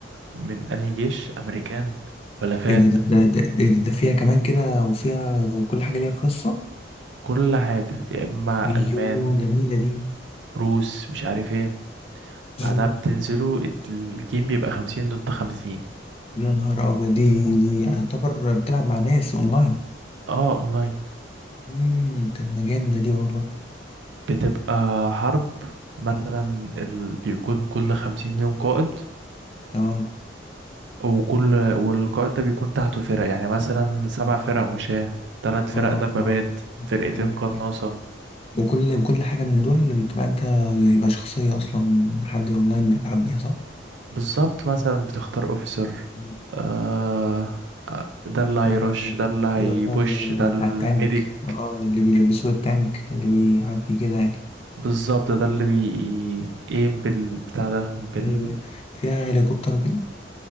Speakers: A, on the right (about 75°); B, on the left (about 30°).
A: من انهي جيش امريكان حلفاء
B: ايه ده ده ده ده, إيه ده, ده فيها كمان كده وفيها كل حاجة ليها قصة
A: كل حاجة يا اما
B: ايوه
A: المان
B: جميلة دي
A: روس مش عارف ايه بعدها
B: مم.
A: بتنزلوا الجيم بيبقى خمسين ضد خمسين
B: يا نهار ابيض دي دي يعتبر بتلعب مع ناس اونلاين
A: اه اونلاين
B: امم طب ما جامدة دي والله
A: بتبقى حرب مثلا ال... بيكون كل خمسين يوم قائد
B: اه
A: وكل والقائد ده بيكون تحته فرق يعني مثلا سبع فرق مشاة تلات فرق
B: اه
A: دبابات
B: اه
A: فرقتين
B: ايوه
A: قناصة
B: ايوه وكل كل حاجة من دول بتبقى انت يبقى شخصية اصلا حد اونلاين بيلعب بيها صح؟
A: بالظبط مثلا بتختار اوفيسر
B: مم.
A: آه آه، ده اللي هيرش
B: ايوه ايوه
A: ده اللي هيبوش
B: اللي هو
A: ده الميديك
B: بتاع التانك اه اللي بيلبسوه التانك اللي بيعبي كده يعني
A: بالظبط ده اللي بيقيم بالبتاع ده بال
B: ايوه أيوة. فيها هليكوبتر وكده